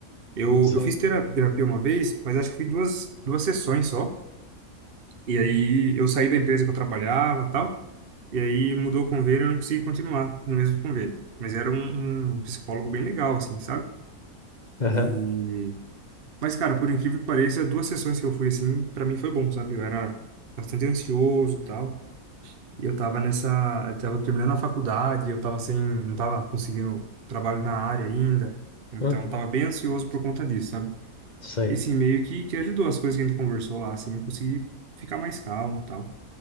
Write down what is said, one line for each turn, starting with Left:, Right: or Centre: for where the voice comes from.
Right: Eu,
Left: Sim.
Right: eu fiz tera- terapia uma vez, mas acho que foi duas, duas sessões só. E aí eu saí da empresa que eu trabalhava e tal. E aí mudou o convênio e eu não consegui continuar no mesmo convênio. Mas era um, um psicólogo bem legal, assim, sabe?
Left: Aham.
Right: E... Mas, cara, por incrível que pareça, duas sessões que eu fui, assim, pra mim foi bom, sabe? Eu era bastante ansioso e tal. E eu tava nessa... Eu tava terminando a faculdade, eu tava sem... Não tava conseguindo trabalho na área ainda. Então,
Left: Uhum.
Right: eu tava bem ansioso por conta disso, sabe?
Left: Sei.
Right: E assim, meio que, que ajudou as coisas que a gente conversou lá, assim, eu consegui ficar mais calmo e tal.